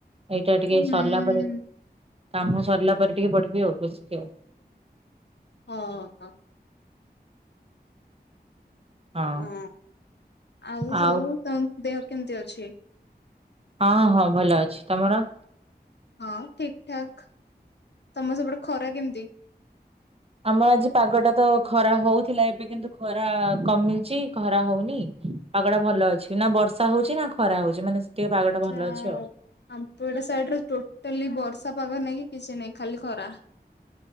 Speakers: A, on the right; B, on the left.
A: ଏଇଟା ଟିକେ
B: ହୁଁ।
A: ସରିଲା ପରେ କାମ ସରିଲା ପରେ ଟିକେ ପଢିବି ଆଉ ବୁସକି ଆଉ।
B: ହଁ ହଁ।
A: ଆଉ
B: ହଁ ଆଉ
A: ହଁ
B: ସବୁ ତମ ଦେହ କେମିତି ଅଛି?
A: ହଁ ହଁ ଭଲ ଅଛି ତମର?
B: ହଁ ଠିକ ଠାକ ତମ ସେପଟେ ଖରା କେମିତି?
A: ଆମର ଆଜି ପାଗଟା ତ ଖରା ହଉଥିଲା ଏବେ କିନ୍ତୁ ଖରା କମିଛି ଖରା ହଉନି। ପାଗଟା ଭଲ ଅଛି ନାବର୍ଷା ହଉଛି ନାଖରା ହଉଛି ମାନେ ଟିକେ ପାଗଟା ଭଲ
B: ଯା
A: ଅଛି
B: ହେଉ।
A: ଆଉ।
B: ଆମପଟ ସାଇଟିରେ ଟୋଟାଲି ବର୍ଷା ପାଗ ନାଇଁ କି କିଛି ନାହିଁ ଖାଲି ଖରା।